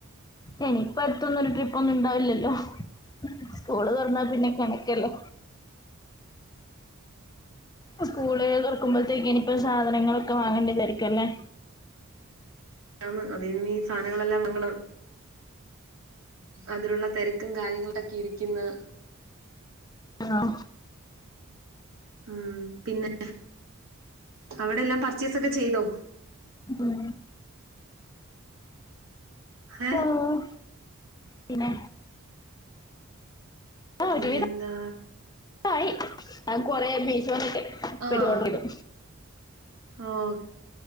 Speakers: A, on the left; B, on the right.
A: എനി ഇപ്പോ അടുത്തൊന്നും ഒരു ട്രിപ്പൊന്നും ഇണ്ടാവില്ലല്ലോ സ്കൂള് തൊറന്നാ പിന്നെ കണക്കല്ലോ സ്കൂള് തൊറക്കുമ്പോഴത്തേക്ക് ഇനിയിപ്പോ സാധനങ്ങളൊക്കെ വാങ്ങേണ്ട തെരക്കല്ലേ?
B: ആന്ന് അത് നിനി ഈ സാധനങ്ങളെല്ലാം വാങ്ങണം അതിലുള്ള തെരക്കും കാര്യങ്ങളൊക്കെ ഇരിക്കുന്ന്
A: ആഹ്
B: ഉം പിന്നെ അവിടെ എല്ലാം പർച്ചേസൊക്കെ ചെയ്തോ?
A: ഉം
B: ഏ
A: ആഹ് പിന്നെ ആഹ്
B: പിന്നെന്താ
A: ഒരു വിധക്കായി ഞാൻ കൊറേ മീശോന്നൊക്കെ ഇപ്പഴും
B: ആഹ്
A: ഓർഡർ ചെയ്തു
B: ഓഹ്